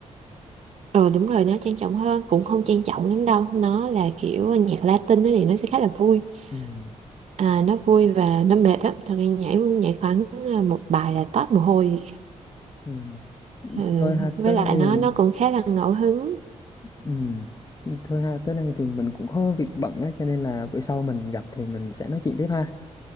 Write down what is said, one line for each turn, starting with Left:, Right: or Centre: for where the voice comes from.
Right: ờ đúng rồi nó trang trọng hơn cũng không trang trọng lắm đâu nó là kiểu nhạc Latin ấy thì nó sẽ khá là vui
Left: Ừm,
Right: à, nó vui và nó mệt lắm thật ra nhảy nhảy khoảng à, một bài là toát mồ hôi
Left: ừm.
Right: ừ.
Left: Thôi ha,
Right: với
Left: tới
Right: lại
Left: đây
Right: nó
Left: thì
Right: nó cũng khá là ngẫu hứng
Left: ừm. Thôi ha, tới đây thì mình cũng có việc bận á, cho nên là bữa sau mình gặp thì mình sẽ nói chuyện tiếp ha.